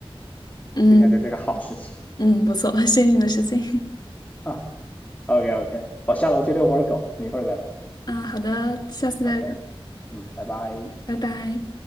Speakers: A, on the left; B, on the left.
A: 嗯
B: 这应该就是一个好事情
A: 嗯，不错，<laughs> 幸运的事情
B: 啊。OK OK，我下楼去遛会儿狗，我们一会儿再聊。
A: <laughs> 啊。好的，下次再聊，
B: OK，嗯，拜拜。
A: 拜拜。